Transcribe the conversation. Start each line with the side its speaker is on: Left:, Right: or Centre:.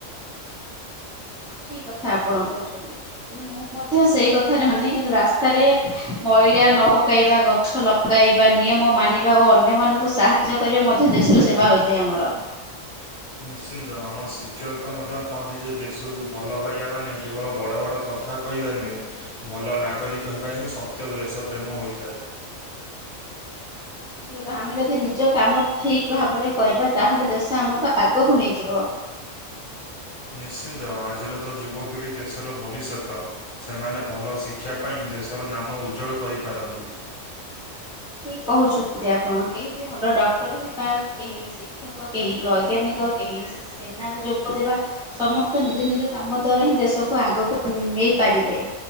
Centre: ଠିକ କଥା ଆପଣ କହୁଛନ୍ତି କିନ୍ତୁ ମୁଁ ମଧ୍ୟ ସେଇ କଥାରେ ମାନେ କିନ୍ତୁ ରାସ୍ତାରେ ମଇଳା ନ ପକାଇବା ଗଛ ଲଗାଇବା ନିୟମ ମାନିବା ଓ ଅନ୍ୟମାନାନଙ୍କୁ ସାହା- ଯ୍ୟ କରିବା ମଧ୍ୟ ଦେଶର ସେବା ହୋଇଥାଏ ଆମର।
Left: ନିଶ୍ଚିନ୍ତ ଆମ ଶିକ୍ଷୟତା ମଧ୍ୟ କହନ୍ତି ଯେ, ଦେଶକୁ ଭଲ ପାଇବା ମାନେ କେବଳ ବଡ଼ ବଡ଼ କଥା କଥା କହିବା ନୁହେଁ। ଭଲ ନାଗରିକ ହେବା ହିଁ ସତ୍ୟ ଦେଶ ପ୍ରେମ ହୋଇଥାଏ।
Centre: ଠିକ ଆମେ ଯଦି ନିଜ କାମ ଠିକ୍ ଭାବରେ କରିବା ତାହେଲେ ଦେଶ ଆମକୁ ଆଗକୁ ନେଇଯିବ।
Left: ନିଶ୍ଚିନ୍ତ ଆଜିର ତ ଯୁବପିଢ଼ି ଦେଶର ଭବିଷ୍ୟତ। ସେମାନେ ଭଲ ଶିକ୍ଷା ପାଇଁ ଦେଶର ନାମ ଉଜ୍ଜ୍ୱଳ କରିପାରନ୍ତି।
Centre: ଠିକ କହୁଛନ୍ତି ଆପଣ, କେହି ବି ଭଲ ଡକ୍ଟର ହେବା କେହି ବି- ଶିକ୍ଷକ, କେହି ବୈଜ୍ଞାନିକ, କେହି ସେନାରେ ଯୋଗଦେବା। ସମସ୍ତେ ନିଜ ନିଜ କାମ ଦ୍ଵାରା ହିଁ ଦେଶକୁ ଆଗକୁ ନେଇପାରିବେ।